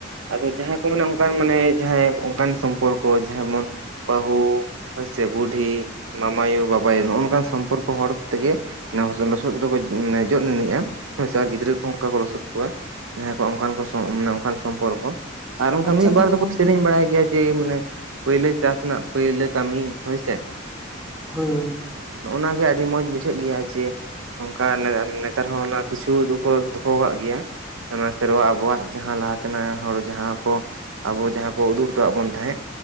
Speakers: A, on the right; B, in the centre.
A: ᱟᱫᱚ ᱡᱟᱦᱟᱸᱭ ᱠᱚ ᱢᱮᱱᱟ ᱚᱱᱠᱟ ᱢᱟᱱᱮ ᱡᱟᱦᱟᱸᱭ ᱚᱱᱠᱟᱱ ᱥᱚᱢᱯᱚᱨᱠᱚ ᱡᱟᱦᱟᱸᱢᱚᱱ ᱵᱟᱹᱦᱩ ᱦᱚᱭ ᱥᱮ ᱵᱩᱰᱷᱤ ᱢᱟᱢᱟᱭᱩ ᱵᱟᱵᱟᱭᱩ ᱱᱚᱜᱼᱚ ᱱᱚᱝᱠᱟᱱ ᱥᱚᱢᱯᱚᱨᱠᱚ ᱦᱚᱲ ᱛᱮᱜᱮ <unintelligible> ᱞᱚᱥᱚᱫ ᱠᱚᱫᱚ ᱠᱚ ᱡᱚᱫ ᱮᱱᱤᱡᱼᱟ ᱟᱨ ᱦᱳᱭ ᱥᱮ ᱜᱤᱫᱽᱨᱟᱹ ᱠᱚ ᱚᱱᱠᱟ ᱠᱚ ᱞᱚᱥᱚᱫ ᱠᱚᱣᱟ ᱡᱟᱦᱟᱸ ᱠᱚ ᱚᱱᱠᱟᱱ ᱠᱚ ᱢᱟᱱᱮ ᱚᱱᱠᱟᱱ ᱥᱚᱢᱯᱚᱨᱠᱚ ᱟᱨ ᱚᱱᱠᱟ
B: ᱟᱪᱪᱷᱟ
A: ᱢᱤᱫᱵᱟᱨ
B: ᱛᱚᱵᱮ
A: ᱫᱚᱠᱚ
B: ᱜᱚᱢᱠᱮ
A: ᱥᱮᱨᱮᱸᱧ ᱵᱟᱲᱟᱭ ᱜᱮᱭᱟ᱾ ᱡᱮ ᱢᱟᱱᱮ ᱯᱟᱹᱭᱞᱟᱹ ᱪᱟᱥ ᱨᱮᱱᱟᱜ ᱯᱟᱹᱭᱞᱟᱹ ᱠᱟᱹᱢᱤ ᱦᱳᱭᱥᱮ
B: ᱦᱳᱭ
A: ᱱᱚᱜᱼᱚ ᱱᱚᱣᱟ ᱜᱮ ᱟᱹᱰᱤ ᱢᱚᱸᱡᱽ ᱵᱩᱡᱷᱟᱹᱜ ᱜᱮᱭᱟ ᱡᱮ ᱱᱚᱝᱠᱟ ᱱᱮ ᱱᱮᱛᱟᱨ ᱦᱚᱸ ᱚᱱᱟ ᱠᱤᱪᱷᱩ ᱫᱚᱠᱚ ᱫᱚᱦᱚ ᱠᱟᱜ ᱜᱮᱭᱟ ᱚᱱᱟ ᱥᱮᱨᱣᱟ ᱟᱵᱚᱣᱟᱜ ᱡᱟᱦᱟᱸ ᱞᱟᱦᱟ ᱛᱮᱱᱟᱜ ᱦᱚᱲ ᱡᱟᱦᱟᱸ ᱠᱚ ᱟᱵᱚ ᱡᱟᱦᱟᱸ ᱠᱚ ᱩᱫᱩᱜ ᱦᱚᱴᱚᱣᱟᱜ ᱵᱚᱱ ᱛᱟᱦᱮᱸᱫ᱾